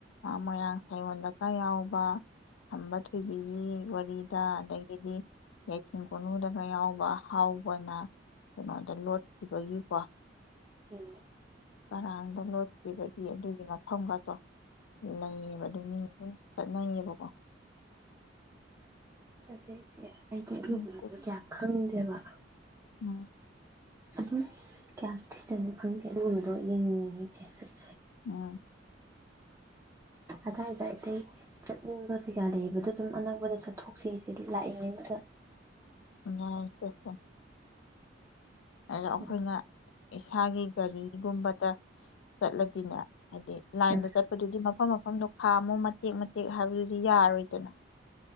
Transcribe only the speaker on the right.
ꯎꯝ
ꯆꯠꯁꯦ ꯏꯆꯦ ꯑꯩꯗꯤ ꯑꯗꯨꯒꯨꯝꯕꯗꯣ
ꯀꯌꯥ ꯈꯪꯗꯦꯕ
ꯑꯗꯨꯝ ꯀꯌꯥꯁꯨ ꯊꯤꯖꯟ ꯈꯪꯗꯦ ꯑꯗꯨꯒꯨꯝꯕꯗꯣ ꯌꯦꯡꯅꯤꯡꯉꯤ ꯏꯆꯦ ꯆꯠ
ꯑꯗꯨꯋꯥꯏꯗ ꯑꯇꯩ ꯆꯠꯅꯤꯡꯕ ꯀꯩꯀꯥ ꯂꯩꯕꯗꯣ ꯑꯗꯨꯝ ꯑꯅꯛꯄꯗ ꯆꯠꯊꯣꯛꯁꯦꯁꯦ ꯂꯥꯛꯏꯉꯩꯁꯤꯗ
ꯎꯝ
ꯎꯝ